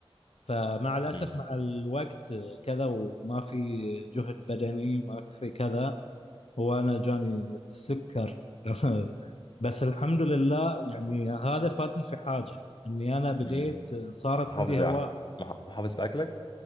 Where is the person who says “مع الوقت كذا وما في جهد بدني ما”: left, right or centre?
Left